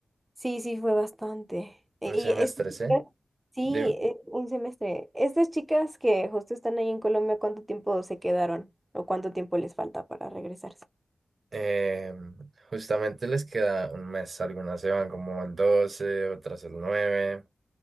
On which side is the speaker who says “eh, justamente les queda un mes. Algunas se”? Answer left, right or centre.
Right